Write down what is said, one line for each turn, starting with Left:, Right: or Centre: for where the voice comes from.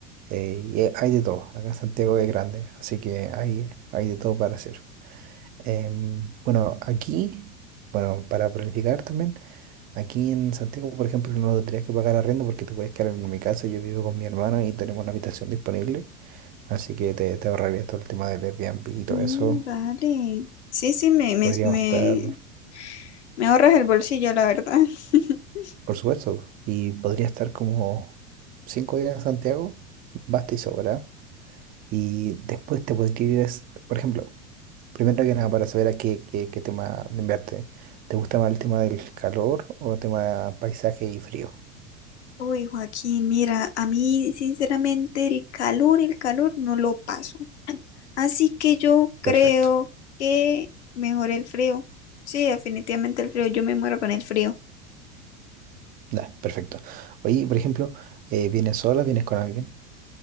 Right: eh, y eh, hay de todo. Acá Santiago es grande, así que hay, hay de todo para hacer. Em, bueno, aquí, bueno, para planificar también, aquí en Santiago, por ejemplo, no tendrías que pagar arriendo porque tú puedes quedar en mi casa. Yo vivo con mi hermano y tenemos una habitación disponible, así que te, te ahorrarías todo el tema del Airbnb y todo
Left: Mm,
Right: eso.
Left: vale. Sí, sí, me, me,
Right: Podríamos
Left: me,
Right: estar.
Left: me ahorras el bolsillo, la verdad. <laughs>
Right: Por supuesto, y podría estar como cinco días en Santiago, basta y sobra. Y después te podría ir, es- por ejemplo, primero que nada, para saber a qué, qué, qué tema de enviarte. ¿Te gusta más el tema del calor o el tema paisaje y frío?
Left: Uy, Joaquín, mira, a mí sinceramente el calor, el calor no lo paso. Así que yo creo
Right: Perfecto,
Left: que mejor el frío. Sí, definitivamente el frío, yo me muero con el frío.
Right: ya, perfecto. Oye, por ejemplo, eh, ¿vienes sola? ¿Vienes con alguien?